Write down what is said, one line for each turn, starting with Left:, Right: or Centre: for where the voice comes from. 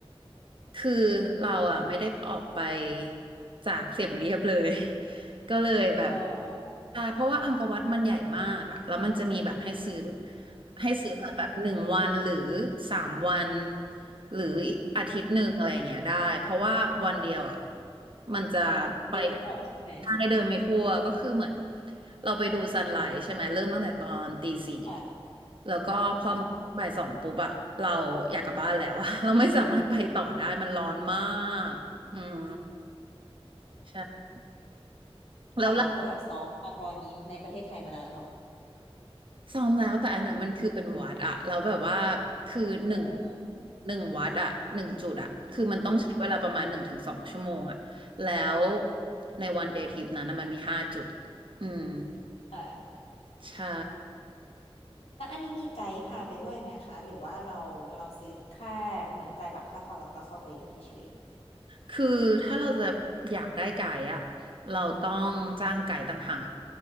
Right: คือเราอ่ะไม่ได้ออกไปจากเสียมเรียบเลย <laughs> ก็เลยแบบ
Left: ำเออ
Right: ใช่เพราะว่าอังกอร์วัดมันใหญ่มากอะแล้วมันจะมีแบบให้ซื้อให้ซื้อแบบหนึ่งวันหรือ
Left: อืม
Right: สามวันหรืออีกอาทิตย์หนึ่งอะไรอย่างเงี้ยได้เพราะว่าวันเดียวอะมันจะไป
Left: เดินไม่หมดใช่ไหม
Right: ทางได้เดินไม่ทั่วก็คือเหมือนเราไปดูซันไลท์ใช่ไหมเริ่มตั้งแต่ตอนตีสี่
Left: ค่ะ
Right: แล้วก็พอบ่ายสองปุ๊บอะเราอยากกลับบ้านแล้วอะ
Left: ค่ะ
Right: <laughs> เราไม่สามารถไปต่อได้มันร้อนมากอืมใช่
Left: <laughs> แต่เราก็แบบซ้อมความร้อนนี้ในประเทศไทยมาแล้วเนอะ
Right: แล้ว ซ้อมแล้วแต่อันนั้นมันคือเป็นวัดอะแล้วแบบว่าคือหนึ่ง
Left: เออ
Right: หนึ่งวัดอะหนึ่งจุดอะคือมันต้องใช้เวลาประมาณหนึ่งถึงสองชั่วโมงอะแล้ว
Left: อืม
Right: ในวันเดย์ทริปนั้นน่ะมันมีห้าจุดอืม
Left: ค่ะ
Right: ใช่
Left: แล้วอันนี้มีไกด์พาไปด้วยไหมคะหรือว่าเราเราซื้อแค่เหมือนจ่ายบัตรค่าเขาแล้วก็เข้าไปเฉย
Right: คือถ้าเราจะอยากได้ไก่อะเราต้องจ้างไก่ต่างหาก